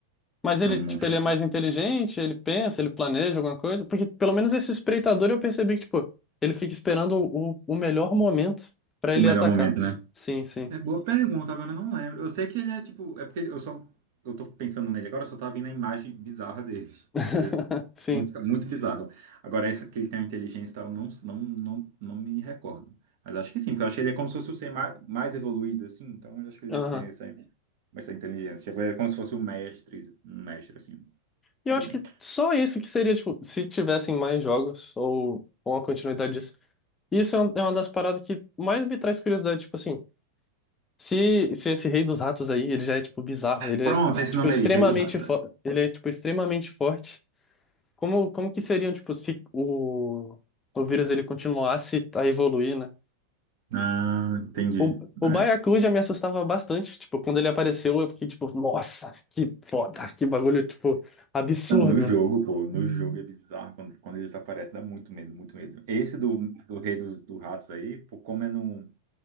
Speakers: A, on the left; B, on the right.
A: Mas ele,
B: É um
A: tipo,
B: monstro.
A: ele é mais inteligente, ele pensa, ele planeja alguma coisa, porque pelo menos esse espreitador eu percebi que, tipo, ele fica esperando o, o melhor momento pra
B: O
A: ele
B: melhor
A: atacar.
B: momento, né?
A: Sim, sim.
B: É boa pergunta, agora eu não lembro. Eu sei que ele é tipo. É porque ele- eu só. Eu tô pensando nele agora, eu só tava vendo a imagem bizarra dele.
A: <laughs>
B: Que ele é
A: Sim.
B: Muito, muito bizarro. Agora, essa que ele tem uma inteligência e tal, eu não, não, não, não me recordo. Mas acho que sim, porque eu acho que ele é como se fosse o ser mais, mais evoluído, assim, então eu acho que ele
A: Aham.
B: deve ter essa, essa inteligência. Tipo, ele é como se fosse um mestre, um mestre, assim,
A: E
B: do
A: eu acho
B: bem.
A: que só isso que seria, tipo, se tivessem mais jogos ou, ou uma continuidade disso. Isso é um- é uma das paradas que mais me traz curiosidade, tipo assim. Se, se esse rei dos ratos aí, ele já é tipo bizarro, ele
B: Pronto,
A: é tipo
B: é esse nome
A: extremamente
B: aí, Rei do Rato, sabe?
A: fo- ele é tipo extremamente forte. Como como que seriam tipo se o o vírus ele continuasse a evoluir, né?
B: Ah, entendi.
A: O, o
B: É.
A: Baiacu já me assustava bastante, tipo, quando ele apareceu, eu fiquei tipo, nossa, que foda, que bagulho tipo absurdo.
B: Não, no jogo, pô, no jogo é bizarro quando, quando eles aparecem, dá muito medo, muito medo. Esse do, do Rei do, do Ratos aí, pô, como é no